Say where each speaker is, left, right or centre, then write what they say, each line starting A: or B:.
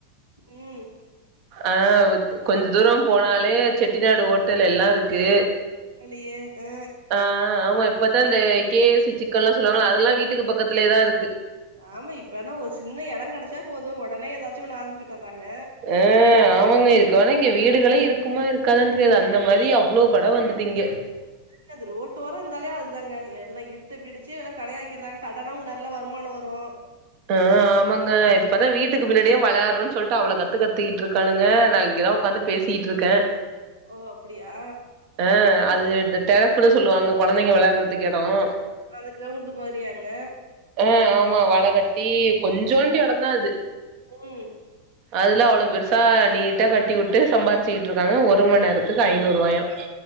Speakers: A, on the right; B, on the right.
A: ம்
B: ஆ கொஞ்ச தூரம் போனாலே செட்டிநாடு ஹோட்டல் எல்லா இருக்கு
A: இல்லைய அ
B: அ ஆமா இப்பத்தா இந்த கே எஃப் சி சிக்கன்ல்லா சொல்லுவாங்களா அதெல்லா வீட்டுக்கு பக்கத்துலயேதா இருக்கு
A: ஆமா இப்பனா ஒரு சின்ன எம்ட கெடைச்சா போதும் உடனே ஏதாச்சு ஒன்னு ஆரம்பிச்சுட்டுறாங்க
B: அ ஆமாங்க இருக்க வேனா இங்க வீடுகளே இருக்குமா இருக்காதானு தெரியாது அந்த மாதிரி அவ்ளோ கட வந்துட்டு இங்க
A: இன்ன அது ரோட்டோரம் இருந்தாலே அதுதாங்க எல்லா இட்டு பிடிச்சு எல்லா கடையாக்கிறாங்க கடன்னா நல்லா வருமானம் வரும்
B: ஆ ஆமாங்க இப்பதா வீட்டுக்கு பின்னாடியா வெளாடுறோன்னு சொல்ட்டு அவ்ளோ கத்து கத்திக்கிட்டு இருக்கானுங்க நா இங்கேதா உக்காந்து பேசி சுத்திகிட்டு இருக்க
A: ஓ அப்டியா
B: அ அது டெரப்ன்னு சொல்லுவாங்க கொழந்தைங்க விளையாடுறதுக்கு இடம்
A: அந்த கிரௌண்ட் மாதிரியாங்க
B: அ ஆமா வலகட்டி கொஞ்சோண்டு இடந்தா அது
A: ம்
B: அதுல அவ்ளோ பெருசா நீட்டா கட்டி வுட்டு சம்பாரிச்சுக்கிட்டு இருக்காங்க ஒரு மண் நேரத்துக்கு ஐநூறு ரூபாயா